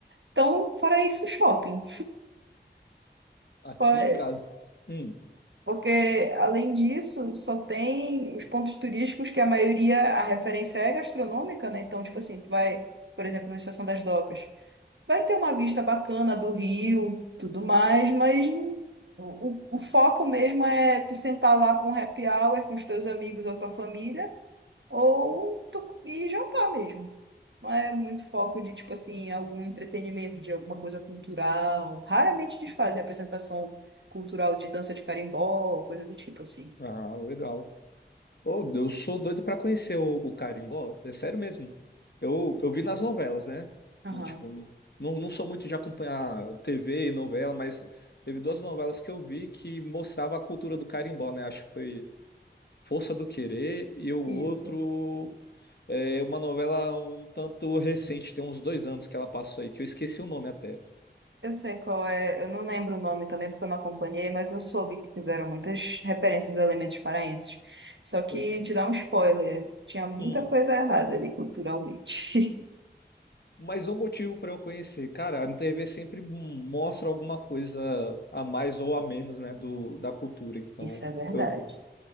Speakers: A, on the right; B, on the left.
A: Então, fora isso, shopping.
B: Aqui
A: Fora-
B: em Brasília. Hum.
A: Porque, além disso, só tem os pontos turísticos que a maioria, a referência é gastronômica, né? Então, tipo assim, tu vai, por exemplo, na Estação das Docas, vai ter uma vista bacana do rio, tudo mais, mas não- o, o o foco mesmo é tu sentar lá pra um happy hour com os teus amigos ou tua família, ou tu ir jantar mesmo. Não é muito foco de, tipo assim, algum entretenimento, de alguma coisa cultural. Raramente eles fazem apresentação cultural de dança de carimbó, coisa do tipo, assim.
B: Ah, legal. Ô, eu sou doido pra conhecer o, o carimbó, é sério mesmo. Eu, eu vi nas novelas, né?
A: Aham,
B: Eu, tipo, não, não sou muito de acompanhar TV e novela, mas teve duas novelas que eu vi que mostrava a cultura do carimbó, né? Acho que foi Força do Querer e o outro
A: isso.
B: é uma novela um tanto recente, tem uns dois anos que ela passou aí, que eu esqueci o nome até.
A: Eu sei qual é, eu não lembro o nome também porque eu não acompanhei, mas eu soube que fizeram muitas referências a elementos paraenses. Só que,
B: Pois-
A: te dar um spoiler, tinha muita
B: Hum.
A: coisa errada ali culturalmente.
B: mais um motivo para eu conhecer. Cara, a TV sempre mostra alguma coisa a mais ou a menos, né, do, da cultura.
A: <laughs>
B: Então,
A: Isso é verdade.
B: eu,